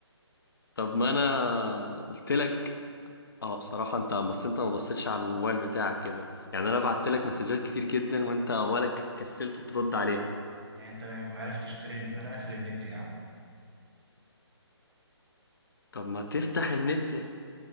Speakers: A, on the left; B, on the right.
A: طب ما انا قلت لك اه بصراحة انت بس انت ما بصيتش على الموبايل بتاعك كده يعني انا بعت لك مسجات كتير جدا وانت ولا كسلت ترد عليها
B: يعني انت ما عرفتش ترن انا قافل النت يا عم
A: طب ما تفتح النت